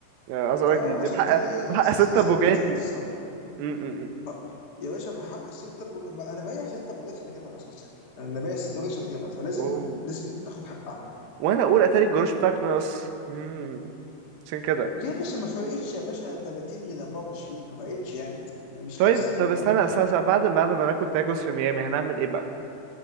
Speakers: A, on the right (about 75°); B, on the left (about 45°).
A: يعني عايز اقول
B: فعشان
A: لك دي دي بحق
B: كده ايه
A: بحق
B: س-
A: ستة
B: س-
A: بوجاتي
B: سايب له الجت الصراحه
A: م- م- م- م.
B: آه، يا باشا بحق الستة بو... ما انا بايع ستة بوجات عشان اجيبها اساسي انا بايع ستة بوجات عشان اجيبها فلازم
A: اوه
B: لازم تاخد حقها
A: وانا اقول اتاري الجروش بتاعك ناقص مم. عشان كده
B: ليه يا باشا ما فرقتش يا باشا 30 من 24 ما فرقتش يعني يعني مش
A: طيب
B: قصه
A: طب
B: أوي،
A: استنى
B: فاهم
A: استنى استنى، بعد بعد ما ناكل تاكوس في ميامي هنعمل ايه بقى